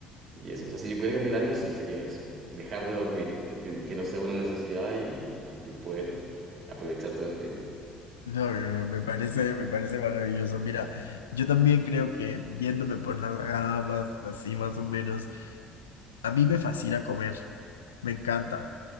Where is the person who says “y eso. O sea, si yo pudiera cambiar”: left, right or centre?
Right